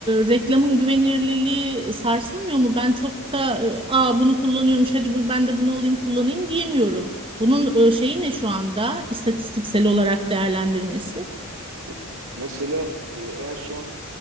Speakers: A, on the right; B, on the right.
A: reklamın güvenirliliği sarsılmıyor mu? Ben çok da e, Aa, bunu kullanıyormuş hadi bu, ben de bunu alayım kullanayım diyemiyorum. Bunun e, şeyi ne şu anda istatistiksel olarak değerlendirmesi?
B: Ya, Mesela e, en son